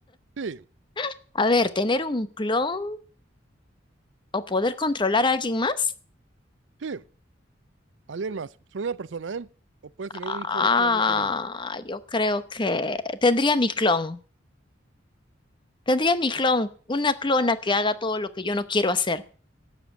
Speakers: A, on the right; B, on the left.
A: sí,
B: <laughs> A ver, ¿tener un clon o poder controlar a alguien más?
A: sí, alguien más, solo una persona, ¿eh? O puedes
B: Ah,
A: tener un solo clon de ti misma.
B: yo creo que tendría mi clon. Tendría mi clon,
A: Así,
B: una clona que haga todo lo que yo no quiero hacer.